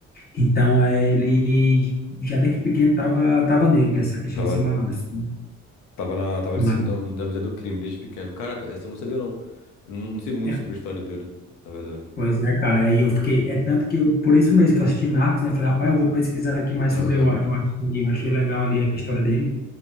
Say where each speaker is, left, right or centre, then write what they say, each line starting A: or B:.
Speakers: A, on the left; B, on the left.
A: Então, é, ele já desde pequeno tava, tava nele essa questão
B: Tava,
A: de ser malandro. sabe?
B: tava na, tava
A: Mas
B: nesse, não, na vida do crime desde pequeno. Caraca, essa eu não sabia, não. Eu Não, não sei muito
A: é,
B: sobre a história dele, na verdade.
A: Pois é, cara, aí eu fiquei, é tanto que eu, por isso mesmo que eu assisti Narcos, né, eu falei, rapaz, eu vou pesquisar aqui mais
B: Aham.
A: sobre, eu, eu, achei, eu achei legal ali a história dele,